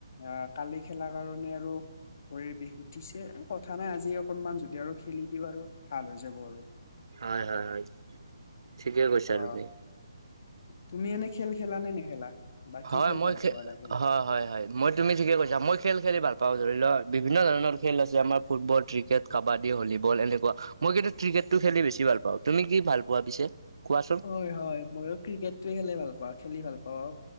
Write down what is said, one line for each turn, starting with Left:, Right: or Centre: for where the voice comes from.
Left: অ' কালি খেলা কাৰণে আৰু ভৰিৰ বিষ উঠিছে, কথা নাই আজি অকনমান যদি আৰু খেলি দিওঁ আৰু ভাল হৈ যাব আৰু।
Right: হয়, হয়, হয় ঠিকে কৈছা
Left: অ
Right: আৰু তুমি।
Left: তুমি এনে খেল খেলা নে নেখেলা? বা কি
Right: হয়,
Left: খেল
Right: মই
Left: ভাল পোৱা এনে খেলি
Right: হয়, হয়, হয়। মই তুমি ঠিকে কৈছা মই খেল খেলি ভাল পাওঁ, ধৰি লোৱা বিভিন্ন ধৰণৰ খেল আছে আমাৰ ফুটবল, ক্ৰিকেট কাবাডী, ভলীবল এনেকুৱা, মই কিন্তু ক্ৰিকেটটো খেলি বেছি ভাল পাওঁ, তুমি কি ভাল পোৱা পিছে কোৱাচোন?
Left: হয়, হয় মইয়ো ক্ৰিকেটোয়ে খেলি ভাল পাওঁ খেলি ভাল পাওঁ অ'।